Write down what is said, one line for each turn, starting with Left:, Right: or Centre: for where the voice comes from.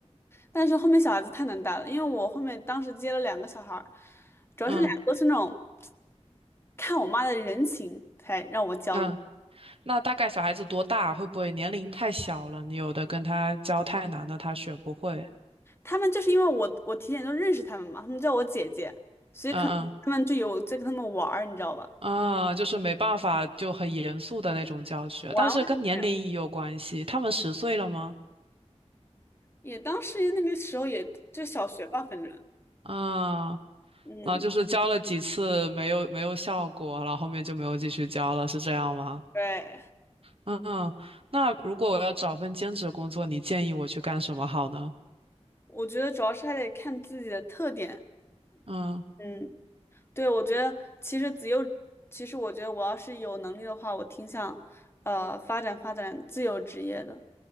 Left: 但是后面小孩子太难带了，因为我后面当时接了两个小孩儿，主要是两个都是那种
Right: 嗯
Left: 看我妈的人情才让我教你。
Right: 嗯。那大概小孩子多大？会不会年龄太小了？你有的跟他教太难了，他学不会。
Left: 他们就是因为我我提前就认识他们嘛，他们叫我姐姐，所以可能他们就有在跟他们玩儿，
Right: 嗯嗯。
Left: 你知道吧？
Right: 啊，就是没办法，就很严肃的那种教学，
Left: 玩玩就没有。
Right: 但是跟年龄也有关系。他们十岁了吗？
Left: 也当时那个时候也就小学吧，反正
Right: 啊，
Left: 嗯，
Right: 那就是教了几次没有没有效果，然后后面就没有继续教了，是这样吗？
Left: 对。
Right: 嗯，嗯，那如果我要找份兼职工作，你建议我去干什么好呢？
Left: 我觉得主要是还得看自己的特点。
Right: 嗯
Left: 嗯，对，我觉得其实自由，其实我觉得我要是有能力的话，我挺想呃发展发展自由职业的。